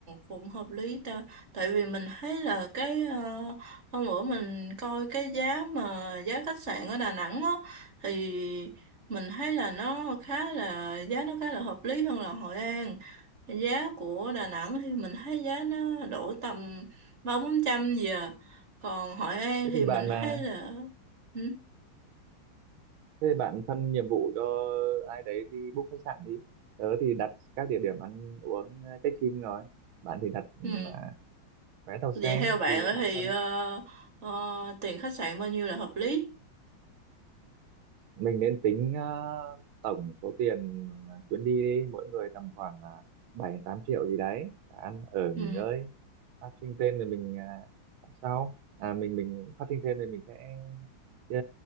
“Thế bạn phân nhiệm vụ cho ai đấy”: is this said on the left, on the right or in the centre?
Right